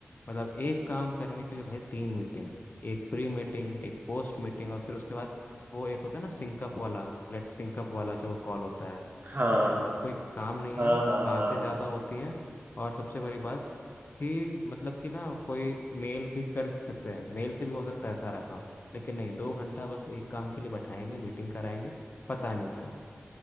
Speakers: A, on the left; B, on the right.
A: मतलब एक काम करने के लिए भाई तीन मीटिंग एक प्री मीटिंग एक पोस्ट मीटिंग और फिर उसके बाद वो एक होता है ना सिंकअप वाला लेट सिंकअप वाला जो कॉल होता है
B: हाँ
A: मतलब कोई काम नहीं
B: हाँ
A: है
B: हाँ
A: बातें
B: हाँ
A: ज़्यादा होती हैं और सबसे बड़ी बात कि मतलब कि ना कोई मेल भी कर सकते हैं मेल से भी हो सकता है सारा काम लेकिन नहीं दो घंटा बस एक काम के लिए बैठाएंगे मीटिंग कराएंगे पता नहीं क्यों